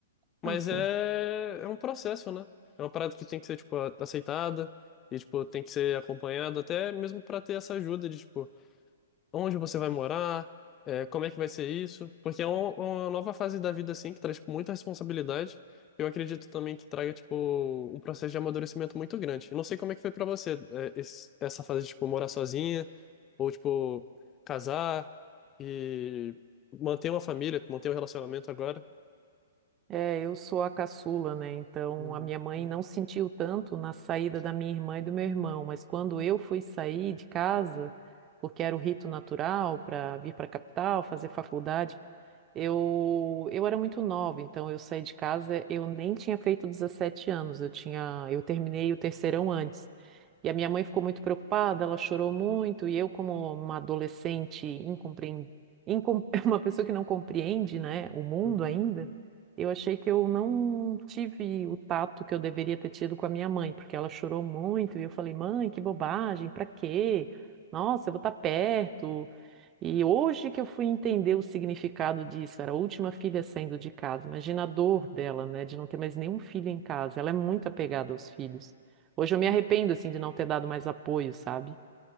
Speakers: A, on the right (about 25°); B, on the left (about 25°).
A: Ah,
B: Mas
A: sim.
B: é, é um processo, né? É uma parada que tem que ser, tipo, a- aceitada e, tipo, tem que ser acompanhado até mesmo para ter essa ajuda de, tipo, onde você vai morar, é, como é que vai ser isso. Porque é uma, uma nova fase da vida, assim, que traz, tipo, muita responsabilidade. Eu acredito também que traga, tipo, um processo de amadurecimento muito grande. Eu não sei como é que foi para você, é, esse- essa fase de, tipo, morar sozinha ou, tipo, casar e manter uma família, manter um relacionamento agora.
A: É, eu sou a caçula, né? Então
B: Uhum.
A: a minha mãe não sentiu tanto na saída da minha irmã e do meu irmão, mas quando eu fui sair de casa, porque era o rito natural para vir para a capital, fazer faculdade, eu eu era muito nova, então eu saí de casa, eu nem tinha feito 17 anos, eu tinha eu terminei o terceirão antes. E a minha mãe ficou muito preocupada, ela chorou muito, e eu, como uma adolescente incompreendida, <laughs> uma pessoa que não compreende, né, o mundo
B: Uhum.
A: ainda, eu achei que eu não tive o tato que eu deveria ter tido com a minha mãe, porque ela chorou muito e eu falei, mãe, que bobagem, pra quê? Nossa, eu vou estar perto. E hoje que eu fui entender o significado disso, era a última filha saindo de casa. Imagina a dor dela, né, de não ter mais nenhum filho em casa. Ela é muito apegada aos filhos. Hoje eu me arrependo, assim, de não ter dado mais apoio, sabe?